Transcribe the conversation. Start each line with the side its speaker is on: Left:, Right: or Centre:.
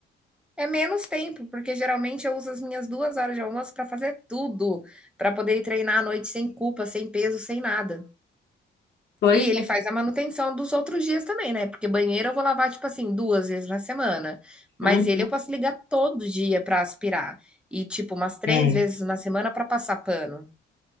Centre: é menos tempo, porque geralmente eu uso as minhas duas horas de almoço para fazer tudo, para poder ir treinar à noite sem culpa, sem peso, sem nada.
Left: Pois
Centre: E
Left: é.
Centre: ele faz a manutenção dos outros dias também, né? Porque banheiro eu vou lavar, tipo assim, duas vezes na semana. Mas
Left: Hum,
Centre: ele eu posso ligar todo dia para aspirar. E, tipo, umas três
Left: é.
Centre: vezes na semana para passar pano.